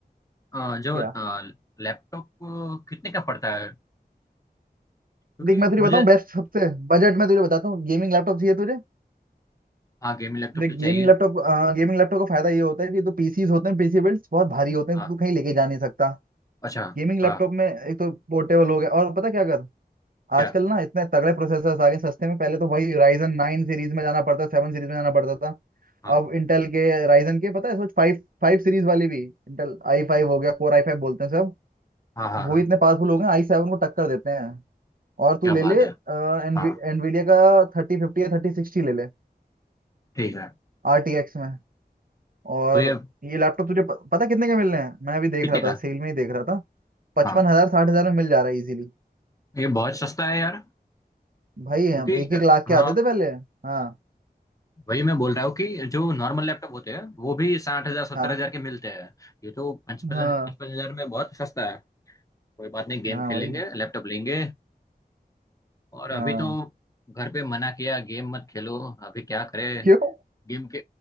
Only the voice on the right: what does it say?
क्या
देख मैं तुझे बताऊँ
बेस्ट सबसे बजट में तुझे बताता हूँ गेमिंग लैपटॉप चाहिए तुझे
देख
गेमिंग लैपटॉप गेमिंग लैपटॉप का फायदा ये होता है कि तो पीसीज होते हैं पीसी बिल्ड्स बहुत भारी होते हैं
तू कहीं लेके जा नहीं सकता
गेमिंग लैपटॉप
में एक तो पोर्टेबल हो गया और पता क्या कर
आजकल ना इतने तगड़े प्रोसेसर्स आ गए सस्ते में पहले तो भाई राइजन नाइन सीरीज में जाना पड़ता सेवन सीरीज में जाना पड़ता था
अब इंटेल के राइजन के पता है सोच फाइव फाइव सीरीज वाली भी इंटेल आई फाइव हो गया कोर आई फाइव बोलते हैं सब
वो
इतने पावरफुल हो गए आई सेवन को टक्कर देते हैं और
तू ले
ले
एनवीडिया
का थर्टी फिफ्टी या थर्टी सिक्सटी ले ले
आर टी एक्स में और
ये लैपटॉप तुझे प, पता कितने के मिल रहे हैं मैं अभी देख
रहा
था सेल में ही देख रहा था पचपन
हजार साठ हजार में मिल जा रहा है इजीली
भाई हम
एक एक
लाख
के आते थे पहले हाँ
हाँ
हाँ
हाँ
भाई
हाँ
क्यों